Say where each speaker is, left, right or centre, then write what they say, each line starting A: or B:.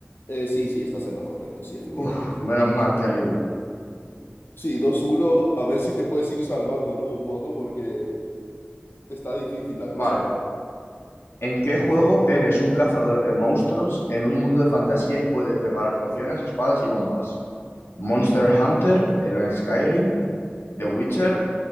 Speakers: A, on the left; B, on the left.
A: Eh, sí, sí, estás en lo correcto, sí, efectivamente.
B: Uf, menos mal, qué alivio.
A: Sí, dos uno, a ver si te puedes ir salvando, ¿no? Un poco, porque está difícil la cosa,
B: Vale,
A: ¿eh?
B: ¿En qué juego eres un cazador de monstruos en un mundo de fantasía y puedes preparar pociones, espadas y bombas? Monster Hunter, en el Skyrim, The Witcher